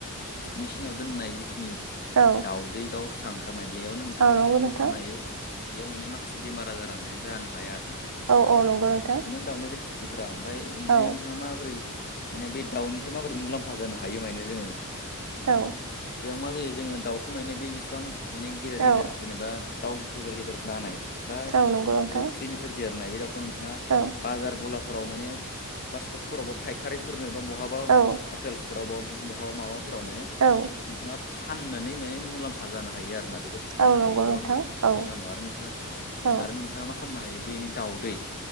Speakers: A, on the left; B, on the right.
A: मेचिनाव दोननाय जिखिनि
B: औ
A: दाउदै दाउ फिसा ओंख होनाय बेयावनो नोंथाङा
B: औ
A: भेक्सिनखौ
B: नंगौ नोंथां
A: खानायो बेयाव माने माखासे बेमार आजारा माने जानो हाया आरो ना
B: औ औ नंगौ नोंथां
A: दाउनि रैखाथिफोरा ओमफाय इदिनो
B: औ
A: नोंथाङा माबोरै माने बे दाउनिफ्राय माबोरै मुलाम्फा जानो हायो माने जोङो
B: औ
A: बेयाव मा जायो जोङो दाउखौ मनो बे बेसेबां माने गेदेर
B: औ
A: गेदेर जेनेबा दाउ गेदेर गेदेर जानाय बा
B: औ नंगौ नोंथां
A: जोख्लिनिफ्राय देरनाय बे दाउखौ नोंथाङा
B: औ
A: बाजार गलाफोराव माने बा सकफोरावबो फायखारिफोरनो बा बहाबा
B: औ
A: हटेल्सफोराव बा बहाबा माबाफोराव माने
B: औ
A: नोंथाङा फाननानै माने मुलाम्फा जानो हायो आरो ना बेखौ फाननो
B: औ नंगौ
A: हायो गोबां
B: नोंथां औ
A: दामाव आरो नोंथाङा
B: औ
A: आरो नोंथाङा मा खालामनो हायो बेनि दाउदै